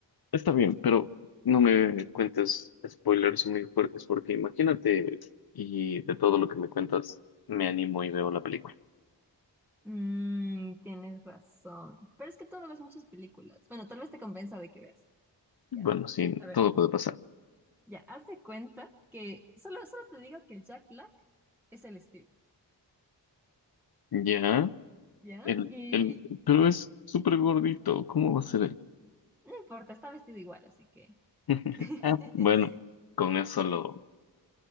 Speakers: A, on the left; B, in the centre.
A: Está bien, pero no me cuentes spoilers muy fuertes porque imagínate y de todo lo que me cuentas, me animo y veo la película.
B: Mm, tienes razón. Pero es que tú no ves muchas películas. Bueno, tal vez te compensa de que veas. Ya.
A: Bueno, sí,
B: A ver,
A: todo puede pasar.
B: ya, haz de cuenta que solo, solo te digo que el Jack Black es el Steve.
A: Ya,
B: ¿Ya?
A: el,
B: Y
A: el, pero es súper gordito, ¿cómo va a ser él?
B: no importa, está vestido igual, así que.
A: <laughs>
B: <laughs>
A: Ah, bueno, con eso
B: Ya,
A: lo...
B: el-